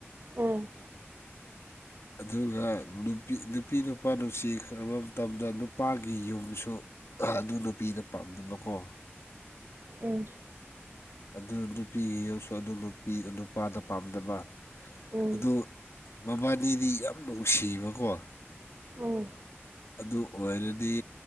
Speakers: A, on the right; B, on the left.
A: ꯎꯝ
B: ꯑꯗꯨꯒ ꯅꯨꯄꯤ ꯅꯨꯄꯤ ꯅꯨꯄꯥ ꯅꯨꯡꯁꯤꯈ꯭ꯔꯕ ꯃꯇꯝꯗ ꯅꯨꯄꯥꯒꯤ ꯌꯨꯝꯁꯨ ꯑꯗꯨ ꯅꯨꯄꯤꯗ ꯄꯥꯝꯗꯕꯀꯣ
A: ꯎꯝ
B: ꯑꯗꯨ ꯅꯨꯄꯤꯒꯤ ꯌꯨꯝꯁꯨ ꯑꯗꯨ ꯅꯨꯄꯤ ꯅꯨꯄꯥꯗꯣ ꯄꯥꯝꯗꯕ
A: ꯎꯝ
B: ꯑꯗꯨ ꯃꯕꯥꯅꯤꯗꯤ ꯌꯥꯝ ꯅꯨꯡꯁꯤꯕꯀꯣ
A: ꯎꯝ
B: ꯑꯗꯨ ꯑꯣꯏꯔꯗꯤ